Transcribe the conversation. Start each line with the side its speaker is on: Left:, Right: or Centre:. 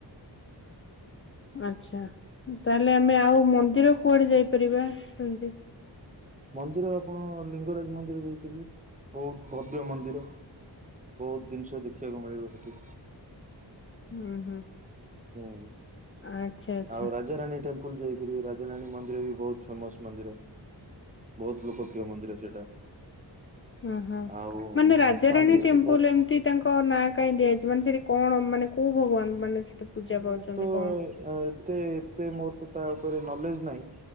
Left: ଆଛା, ତାହେଲେ ଆମେ ଆଉ ମନ୍ଦିର କୁଆଡେ ଯାଇପାରିବା? ସେମିତି
Right: ମନ୍ଦିର ଆପଣ ଲିଙ୍ଗରାଜ ମନ୍ଦିର ଯାଇପାରିବେ, ବହୁତ ଭବ୍ୟ ମନ୍ଦିର। ବହୁତ୍ ଜିନିଷ ଦେଖିବାକୁ ମିଳିବ ସେଠି।
Left: ହୁଁ ହୁଁ।
Right: ହୁଁ,
Left: ଆଚ୍ଛା ଆଚ୍ଛା
Right: ଆଉ ରାଜାରାଣୀ ଟେମ୍ପ୍ ସୁପୁଲ୍ ଯାଇପାରିବେ, ରାଜାରାଣି ମନ୍ଦିର ବି ବହୁତ ଫେମସ୍ ମନ୍ଦିର। ବହୁତ୍ ଲୋକ ପ୍ର୍ରିୟ ମନ୍ଦିର ସେଇଟା।
Left: ଓହୋ,
Right: ଆଉ
Left: ମାନେ ରାଜାରାଣୀ
Right: ଶାନ୍ତି ସ୍ତୂପ
Left: ଟେମ୍ପୁଲ୍ ଏମିତି ତାଙ୍କ୍ ନାଁ କାଇଁ ଦିଆଯାଇଛି? ମାନେ ସେଠି କଣ, ମାନେ କୋଉ ଭଗବାନ ମାନେ ସେଠି ପୂଜା
Right: ହଁ
Left: ପାଉଛନ୍ତି
Right: ମୁଁ ତ
Left: କଣ?
Right: ଏ ଏତେ, ଏତେ ମୋର ତ ତା ଉପରେ ନଲେଜ ନାହିଁ,